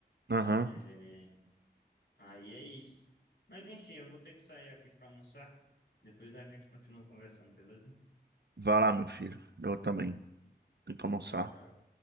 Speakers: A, on the right (about 75°); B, on the left (about 80°).
A: Aham.
B: É, aí é isso. Mas enfim, eu vou ter que sair aqui pra almoçar. Depois a gente continua conversando, beleza?
A: Vai lá, meu filho. Eu também. Tenho que almoçar.
B: Tchau, tchau.